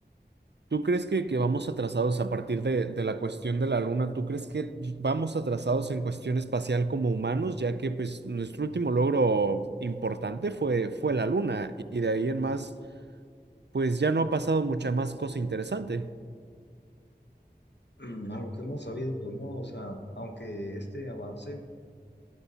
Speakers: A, on the right (about 80°); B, on the left (about 85°).
A: ¿Tú crees que, que vamos atrasados a partir de, de la cuestión de la Luna? ¿Tú crees que vamos atrasados en cuestión espacial como humanos, ya que pues nuestro último logro importante fue, fue la Luna y de ahí en más pues ya no ha pasado mucha más cosa interesante?
B: Mm, Algo que hemos sabido, pues no, o sea, aunque este avance